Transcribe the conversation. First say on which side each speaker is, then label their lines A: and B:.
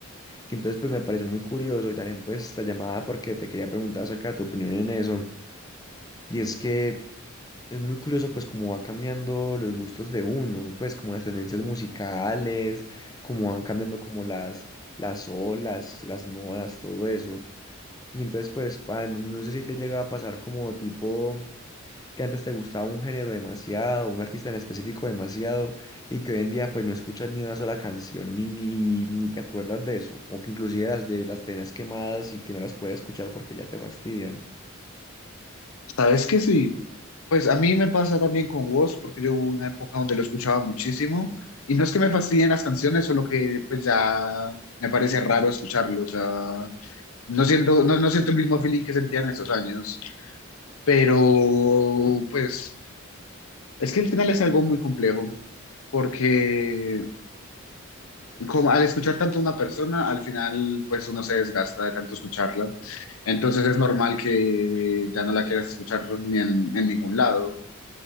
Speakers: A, on the left; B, on the left.
A: Y entonces pues me pareció muy curioso y también pues esta llamada porque te quería preguntar acerca de tu opinión en eso. Y es que es muy curioso pues cómo va cambiando los gustos de uno, pues como las tendencias musicales, cómo van cambiando como las, las olas, las modas, todo eso. Y entonces pues pa, no, no sé si te llega a pasar como tipo que antes te gustaba un género demasiado, un artista en específico demasiado, y que hoy en día pues no escuchas ni una sola canción ni, ni, ni te acuerdas de eso, o que inclusive las, de- las tenés quemadas y que no las puedes escuchar porque ya te fastidian.
B: ¿Sabes qué? Sí, pues a mí me pasa también con Woz, porque yo hubo una época donde lo escuchaba muchísimo, y no es que me fastidien las canciones, solo que pues ya me parece raro escucharlo, o sea, no siento, no, no siento el mismo feeling que sentía en esos años, pero pues es que el final es algo muy complejo, porque como al escuchar tanto a una persona, al final pues uno se desgasta de tanto escucharla. Entonces es normal que ya no la quieras escuchar ni en, en ningún lado.